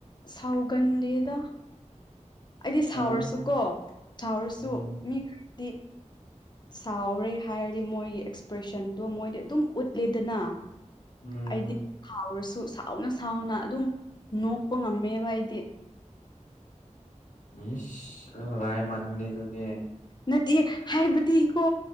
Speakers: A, on the left; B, on the left.
A: ꯁꯥꯎꯒꯟꯗꯦꯗ ꯑꯩꯗꯤ
B: ꯁꯥꯎꯒꯟ
A: ꯁꯥꯎꯔꯁꯨꯀꯣ ꯁꯥꯎꯔꯁꯨ
B: ꯎꯝ
A: ꯃꯤ ꯈꯔꯗꯤ ꯁꯥꯎꯔꯦ ꯍꯥꯏꯔꯗꯤ ꯃꯣꯏꯒꯤ ꯑꯦꯛꯁꯄ꯭ꯔꯦꯁꯟꯗꯣ ꯃꯣꯏꯗꯤ ꯑꯗꯨꯝ ꯎꯠꯂꯦꯗꯅ
B: ꯎꯝ
A: ꯑꯩꯗꯤ ꯁꯥꯎꯔꯁꯨ ꯨ ꯁꯥꯎꯅ ꯁꯥꯎꯅ ꯑꯗꯨꯝ ꯅꯣꯛꯄ ꯉꯝꯃꯦꯕ ꯑꯩꯗꯤ
B: ꯃꯤꯁ ꯂꯥꯏ ꯃꯥꯟꯁꯤꯜꯂꯛ ꯑꯦꯗꯨꯗꯤ
A: ꯅꯠꯇꯦ ꯍꯥꯏꯕꯗꯤꯀꯣ